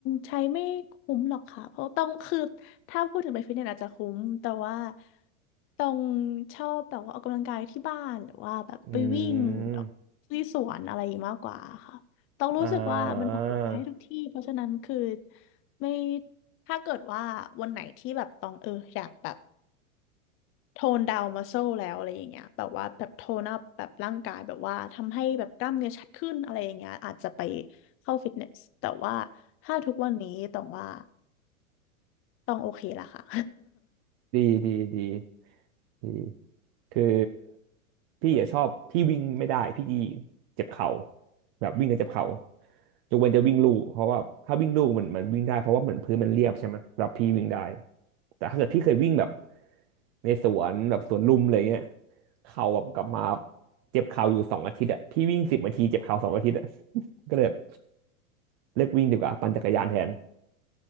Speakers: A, on the left (about 30°); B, on the right (about 45°).
A: ใช้ไม่คุ้มหรอกค่ะเพราะตองคือถ้าพูดถึงไปฟิตเนสอาจจะคุ้มแต่ว่าตองชอบแบบว่าออกกำลังกายที่บ้านหรือว่าแบบไปวิ่ง
B: อืม
A: ที่สวนอะไรอย่างนี้มากกว่าค่ะตองรู้สึกว่ามันออกกำลังกายให้ทุกที่เพราะฉะนั้นคือ
B: อ่า
A: ไม่ถ้าเกิดว่าวันไหนที่แบบตองเอออยากแบบ โทนดาวมัสเซลแล้วอะไรอย่างเงี้ยแบบว่าแบบโทนอัพแบบร่างกายแบบว่าทำให้แบบกล้ามเนื้อชัดขึ้นอะไรอย่างเงี้ยอาจจะไปเข้าฟิตเนสแต่ว่าถ้าทุกวันนี้ต้องว่าต้องโอเคละค่ะ
B: ดีดีดีดีคือพี่อะชอบพี่วิ่งไม่ได้พี่เจ็บเข่าแบบวิ่งแล้วเจ็บเข่ายกเว้นจะวิ่งลู่เพราะว่าถ้าวิ่งลู่มันมันวิ่งได้เพราะว่าเหมือนพื้นมันเรียบใช่ไหมแล้วพี่วิ่งได้แต่ถ้าเกิดพี่เคยวิ่งแบบในสวนแบบสวนลุมอะไรเงี้ยเข่าแบบกลับมาเจ็บเข่าอยู่สองอาทิตย์อะพี่วิ่งสิบนาทีเจ็บเข่าสองอาทิตย์อะ <laughs> ก็เลยแบบเลิกวิ่งดีกว่าปั่นจักรยานแทน